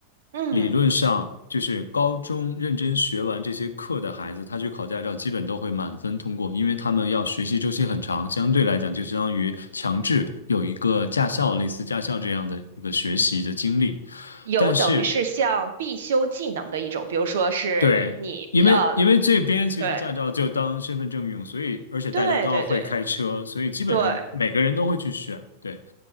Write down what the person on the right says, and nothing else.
嗯。
有等于是像必修技能的一种，
比如说是你呃，
对
对对对
对